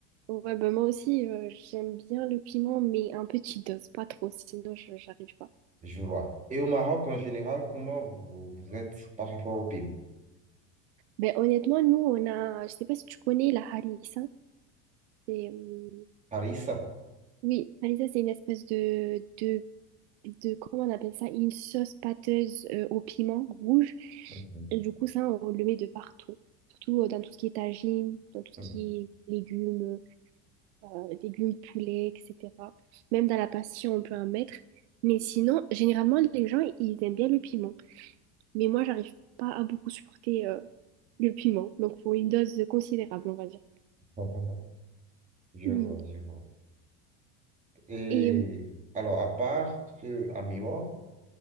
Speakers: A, on the right; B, on the right.
A: Ouais, bah moi aussi, euh, j'aime bien le piment, mais un petit dose, pas trop, sinon je j'arrive pas.
B: je vois. Et au Maroc en général, comment vous, vous êtes par rapport au PIB?
A: Ben honnêtement, nous, on a, je sais pas si tu connais la harissa. C'est, euh,
B: Paris, ça?
A: oui, harissa, c'est une espèce de, de, de, comment on appelle ça, une sauce pâteuse euh, au piment rouge.
B: Mhm.
A: Et du coup, ça, on le met de partout. Surtout euh, dans tout ce qui est tagine, dans tout ce
B: Hmm.
A: qui est légumes, euh, légumes poulet, etc. Même dans la pastille, on peut en mettre. Mais sinon, généralement, les gens, ils aiment bien le piment. Mais moi, j'arrive pas à beaucoup supporter euh, le piment. Donc, faut une dose considérable, on va dire.
B: <laughs> Je
A: Oui.
B: vois, je vois. Et
A: Et euh,
B: alors, à part ce amiwa,